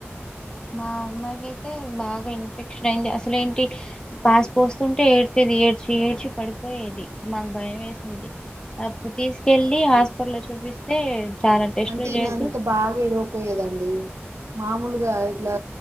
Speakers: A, on the left (about 15°); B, on the right (about 85°).
A: మా అమ్మాయికి అయితే బాగా ఇన్ఫెక్షన్ అయింది అసలేంటి పాస్ పోస్తుంటే ఏడ్చది ఏడ్చి ఏడ్చి పడిపోయేది మాకు భయం వేసేది అప్పుడు తీసుకెళ్ళలి హాస్పిటల్ చూపిస్తే చాలా టెస్ట్లు
B: అంటే ఈయన
A: చేసి
B: అంత బాగా ఎలు పోయేదండి మామూలుగా ఇట్లా